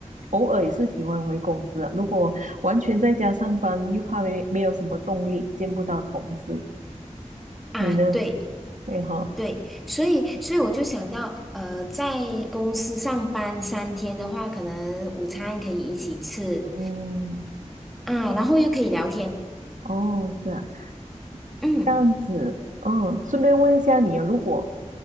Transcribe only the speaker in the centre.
啊，
对
对，所以所以我就想到，呃，在公司上班三天的话，可能午餐可以一起吃
啊，然后又可以聊天，
嗯